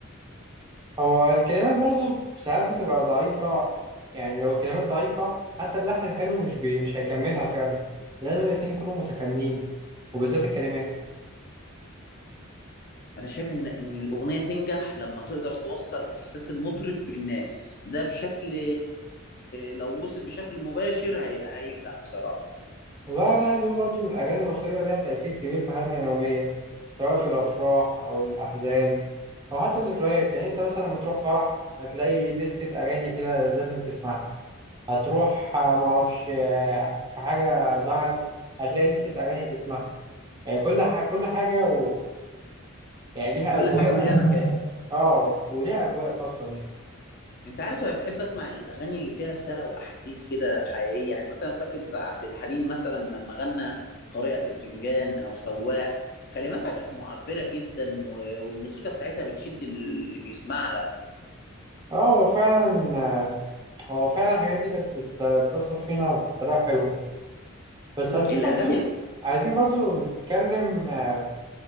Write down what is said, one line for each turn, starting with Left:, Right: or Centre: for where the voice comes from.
Right: هو الكلمات برضو ساعات بتبقى ضعيفة يعني لو الكلمات ضعيفة حتى اللحن الحلو مش بي... مش هيكملها فعلا لازم الاتنين يكونوا متكاملين وبالذات الكلمات
Left: انا شايف ان ان الاغنيه تنجح لما تقدر توصل احساس المطرب بالناس ده بشكل لو وصل بشكل مباشر هي... هينجح بصراحه
Right: والله أنا عايز أقول برضو إن الأغاني المصرية ليها تأثير كبير في حياتنا اليومية سواء في الأفراح أو الأحزان أو حتى الذكريات يعني أنت مثلا لما تروح فرح هتلاقي لستة أغاني كده لازم تسمعها هتروح آه، معرفش آه، في حاجة زعل هتلاقي لستة أغاني تسمعها يعني كل ح... كل حاجة و... يعني ليها
Left: كل
Right: أجواء
Left: حاجه وليها مكان
Right: اه وليها اجواء خاصه ليها
Left: انت عارف انا بحب اسمع الاغاني اللي فيها رساله واحاسيس كده حقيقيه يعني مثلا فاكر عبد الحليم مثلا لما غنى قارئة الفنجان او سواح كلماتها كانت معبره جدا و... والموسيقى بتاعتها بتشد اللي بيسمع لها
Right: اه هو فعلا آه، هو فعلا الحاجات دي كانت بت... بتأثر فينا بطريقه حلوه بس
Left: م.
Right: عايزين
Left: الاغاني
Right: برضو عايزين برضو نتكلم آه،